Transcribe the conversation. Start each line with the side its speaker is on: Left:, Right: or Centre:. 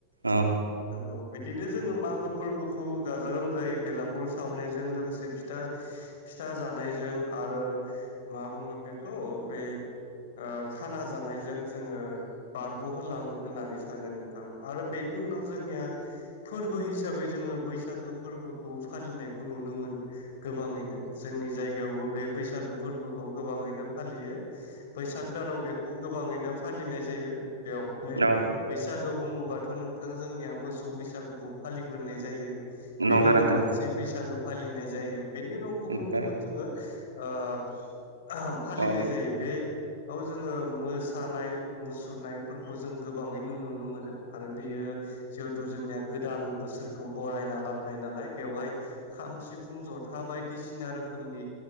Right: औ
Left: नंगौ। बिदिनो जोङो मागो फोरबोखौ गाजा गोम जायै बेलागुर सावनायजों लोगोसे फिथा फिथा जानायजों आरो मा बुङो बेखौ बे ओ खाना जानायजों जोङो बारग'होलाङो। होननानै सानो नोंथां आरो बेनि उनाव जोंनिया फोरबो हिसाबै जोङो बैसागो फोरबोखौ फालिनायखौ नुनो मोनो गोबाङैनो जोंनि जायगायावबो बे बैसागो फोरबोखौ गोबाङैनो फालियो बैसाग दानाव बेखौ गोबाङैनो फालिनाय जायो बेव ओमफाय
Right: औ
Left: बैसागु बुङोब्ल होमबाथ नोंथां जोंनिया मोसौ बैसागुखौ फालिग्रोनाय जायो। बेनि
Right: नंगौ
Left: उनाव
Right: नोंथां
Left: मानसि बैसागो फालिनाय जा जायो। बेनि उनाव गुबुन
Right: ओमफ्राय
Left: गुबुन जोंङो ओ- फालिनाय
Right: अ
Left: जायो बे औ जोंङो मोसानाय मुसुरनाय फोर। खौ जों गोबाङैनो नुनो मोनो आरो बेयो जिहेथु जोंनिया गोदान बोसोरखौ बरायना लाबोनाय नालाय बेवहाय खाम सिफुं जथा बायदिसिना रोखोमनि